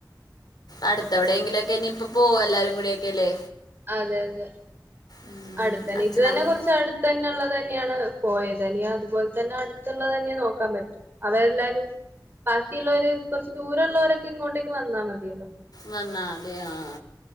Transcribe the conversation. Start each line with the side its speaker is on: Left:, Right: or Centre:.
Left: അടുത്തെവിയെങ്കിലൊക്കെ എനിപ്പോ പോ എല്ലാരും കൂടി ഒക്കെ ല്ലേ
Right: അതെ അതെ
Left: ഉം.
Right: അട്ത്തെന്നെ
Left: അച്ഛനമ്മ
Right: ഇത് തന്നെ കൊർച്ചട് ത്തെന്നെള്ളതെന്നെണ് പോയത് ഞ്ഞി അത് പോലെത്തെന്നെ അട്ത്ത്ള്ളതെന്ന്യാ നോക്കാൻ പറ്റു അവരെല്ലാരും ബാക്കിള്ളോര് കൊർച്ച് ദൂരള്ളോരൊക്കെ ഇങ്ങോട്ടേക്ക് വന്നാ മതിയല്ലോ
Left: വന്നോ അതെയോ ആ